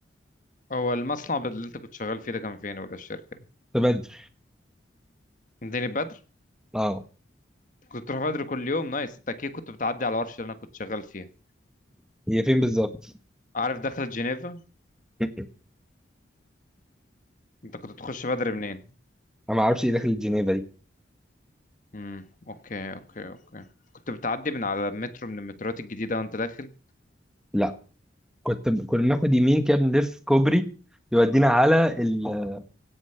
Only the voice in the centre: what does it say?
تبدل
اه
هي فين بالظبط
<laughs>
انا ما اعرفش ايه داخل جنيفا دي
لا كنت ب... كنا بناخد يمين كده بنلف كوبري يودينا على المنطقه